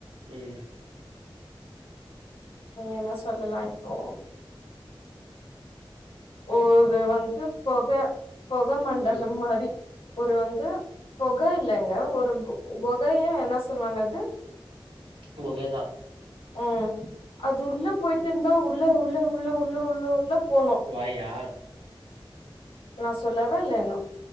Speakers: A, on the right; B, on the left.
A: ம்
B: என்னா சொல்லலா இப்போ ஒரு வந்து பொக பொக மண்டலம்
A: ம்
B: மாரி ஒரு வந்து கொகை இல்லங்க ஒரு கொகைய என்னா சொல்லுவாங்க அது
A: கொகைதா
B: ம் அது உள்ள போயிட்ருந்தா உள்ள உள்ள உள்ள உள்ள உள்ள உள்ள போனு
A: வாயா
B: நா சொல்லவா இல்ல இன்னு